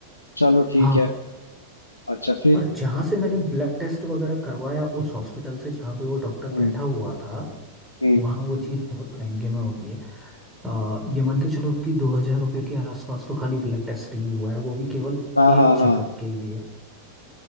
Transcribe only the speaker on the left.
चलो ठीक
है अच्छा फिर
हम्म
हम्म
हाँ
हाँ हाँ